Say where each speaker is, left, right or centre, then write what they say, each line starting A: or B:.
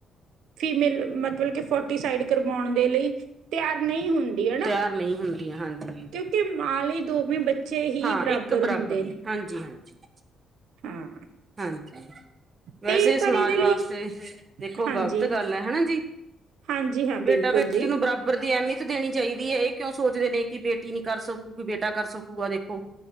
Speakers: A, on the right (about 80°); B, on the right (about 30°).
A: ਫੀਮੇਲ ਮਤਲਬ ਕੇ, ਫੋਟੀਸਾਈਡ ਕਰਵਾਉਣ ਦੇ ਲਈ ਤਿਆਰ ਨਹੀਂ ਹੁੰਦੀ ਹਨਾ,
B: ਤਿਆਰ ਨਹੀਂ ਹੁੰਦੀਆਂ ਹਾਂਜੀ
A: ਕਿਉਂਕਿ, ਕਿ ਮਾਂ ਲਈ, ਦੋਵੇਂ ਬੱਚੇ ਹੀ
B: ਹਾਂ
A: ਬਰਾਬਰ
B: ਇੱਕ
A: ਹੁੰਦੇ ਨੇ,
B: ਹਾਂਜੀ- ਹਾਂਜੀ
A: ਹਾਂ
B: ਹਾਂਜੀ, ਵੈਸੇ
A: ਤੇ ਪਰ
B: ਸਮਾਜ
A: ਇਹਦੇ
B: ਵਾਸਤੇ
A: ਲਈ
B: ਦੇਖੋ,
A: ਹਾਂਜੀ
B: ਗਲਤ ਗੱਲ ਹੈ ਹਨਾ ਜੀ।
A: ਹਾਂਜੀ ਹਾਂ
B: ਬੇਟਾ-
A: ਬਿਲਕੁਲ
B: ਬੇਟੀ
A: ਜੀ
B: ਨੂੰ ਬਰਾਬਰ ਦੀ ਅਹਿਮੀ ਦੇਣੀ ਚਾਹੀਦੀ ਹੈ, ਇਹ ਕਿਉਂ ਸੋਚਦੇ ਨੇ ਕਿ, ਬੇਟੀ ਨਈ ਕਰ ਸਕੂਗੀ, ਬੇਟਾ ਕਰ ਸਕੂਗਾ ਦੇਖੋ